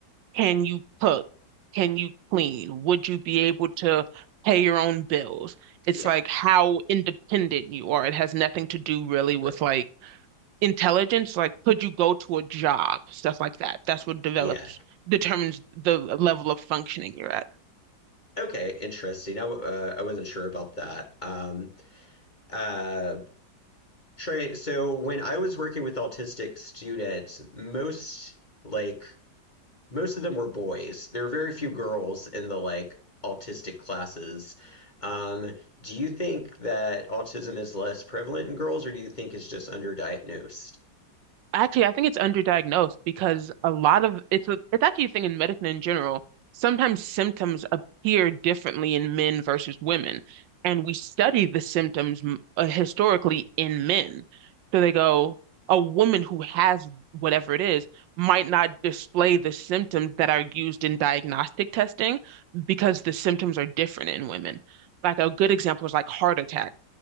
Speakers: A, on the right; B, on the left.
A: Can you cook? Can you clean? Would you be able to pay your own bills? It's
B: Yeah,
A: like how independent you are. It has nothing to do really with
B: right.
A: like intelligence. Like, could you go to a job? Stuff like that. That's what develops,
B: Yeah.
A: determines the level of functioning you're at.
B: Okay, interesting. I w- uh, I wasn't sure about that. Um, uh, Trey, so when I was working with autistic students, most like Most of them were boys. There are very few girls in the like autistic classes. Um, do you think that autism is less prevalent in girls, or do you think it's just underdiagnosed?
A: Actually, I think it's underdiagnosed because a lot of it's a, it's actually a thing in medicine in general. Sometimes symptoms appear differently in men versus women, and we study the symptoms m- uh, historically in men. So they go, a woman who has whatever it is might not display the symptoms that are used in diagnostic testing because the symptoms are different in women. Like a good example is like heart attack